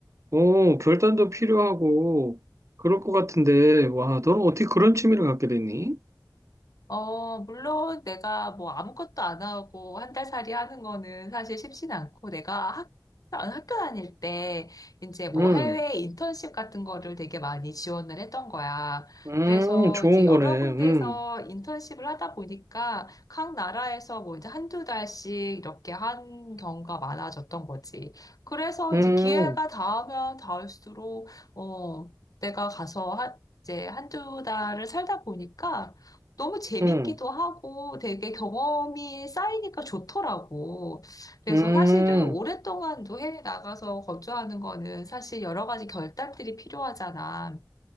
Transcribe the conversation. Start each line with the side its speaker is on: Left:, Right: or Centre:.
Right: 어, 결단도 필요하고 그럴 것 같은데, 와, 너는 어떻게 그런 취미를 갖게 됐니?
Left: 어, 물론 내가 뭐 아무것도 안 하고 한 달 살이 하는 거는 사실 쉽진 않고 내가 학, 어, 학교 다닐 때 이제 뭐
Right: 음,
Left: 해외 인턴십 같은 거를 되게 많이 지원을 했던 거야.
Right: 음,
Left: 그래서
Right: 좋은
Left: 이제 여러
Right: 거네.
Left: 군데에서
Right: 음,
Left: 인턴십을 하다 보니까 각 나라에서 뭐 이제 한두 달씩 이렇게 한 경우가 많아졌던 거지. 그래서
Right: 음,
Left: 이제 기회가 닿으면 닿을수록 어, 내가 가서 한 이제 한두 달을 살다 보니까 너무 재밌기도
Right: 음,
Left: 하고 되게 경험이 쌓이니까 좋더라고. 그래서
Right: 음.
Left: 사실은 오랫동안도 해외 나가서 거주하는 거는 사실 여러 가지 결단들이 필요하잖아.